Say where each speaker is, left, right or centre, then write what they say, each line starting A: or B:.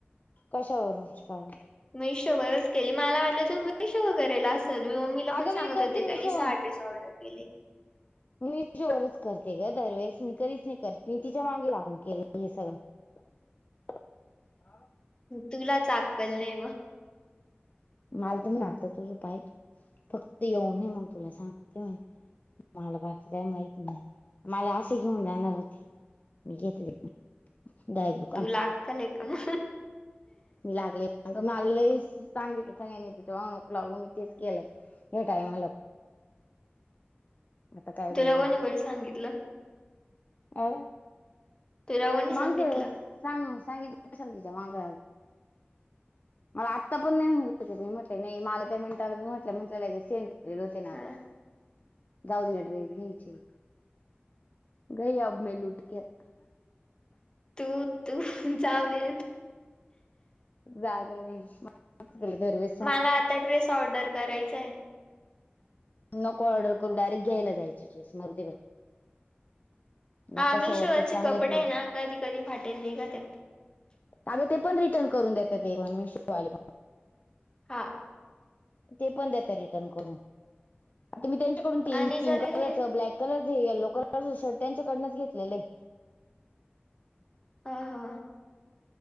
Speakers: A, on the left; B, on the left.
A: कशावरूनच कारण
B: मीशोवरच केली मला वाटलं तर मशोभगरेला मी मम्मीला
A: अगं
B: पण
A: मी
B: सांगत
A: करते
B: होते
A: मिशो
B: काी सहा ड्रेस ऑर्डर केले.
A: मी जोवरच करते ग दरवेेळेस मी कधीच नाही करते मी तिच्या मागे लागून केलं हे सगळं. हा.
B: तुला चाकल नाही मग
A: माल तर म्हण आता तुझ पाय फक्त येऊ नये मग तुला सांगते म्हणे. मला बाकी काही माहित नाही मला असे घेऊन जाणार होते. मी घेतली दाय दु
B: लागकले कामा
A: मी लागले मला सांगितलं सांगे तिथं मग नको लागु मी तेच केलं हह्या टायमाला आता काय
B: तुला
A: बोलू
B: कोणी कोणी सांगितलं
A: हो
B: तुला कोणी सांगितलं
A: मांग वेळेस सांग सांगितल तिच्या माग मला आत्ता पण नाही म्हटली हो मी म्हटली नाही मला त्या मिनिटला मी म्हटलं मला सेंट ल होते ना
B: हा
A: ग जाऊ दे तिला ड्रेस घ्यायची. गय अब मी लुटके
B: तू तू जाऊ दे
A: जागा नाही म दरवेज
B: मला आता ड्रेस ऑर्डर करायचाय.
A: नको ऑर्डर करू डायरेक्ट घ्यायला जायचे ड्रेस मरु दे बाई ना
B: हा आम्ही
A: कशावरचे
B: शिवाचे
A: चांगलेत
B: कपडे आहे ना कधी कधी फाटेल नाही का त्या
A: अगं ते पण रिटर्न करून देतात ते मेशो वाले
B: हां
A: ते पण देता रिटर्न करून आता मी त्यांच्याकडून ते
B: आणि
A: पिंक
B: जर
A: कलरच
B: हे
A: ब्लॅक कलरच येल्लो कलरच शर्ट त्यांच्याकडूनच घेतलेलं आहे.
B: ह हा